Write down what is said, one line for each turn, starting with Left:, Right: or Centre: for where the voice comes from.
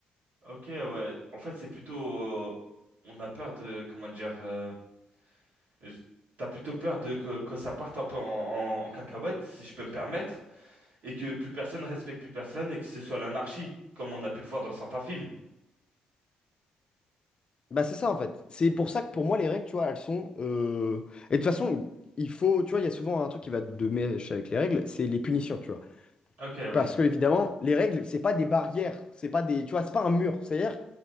Right: Ok, ouais. En fait, c'est plutôt. euh, on a peur de. Comment dire. euh, j- T'as plutôt peur de que, que ça parte un peu en, en, en cacahuète, si je peux me permettre, et que plus personne respecte plus personne et que ce soit l'anarchie, comme on a pu le voir dans certains films.
Left: Bah c'est ça en fait. C'est pour ça que pour moi les règles, tu vois, elles sont... euh, Et de toute façon, il faut, tu vois, il y a souvent un truc qui va de mèche avec les règles, c'est les punitions, tu vois.
Right: Ok, oui.
Left: Parce que évidemment, les règles, c'est pas des barrières, c'est pas des... Tu vois, c'est pas un mur. C'est-à-dire,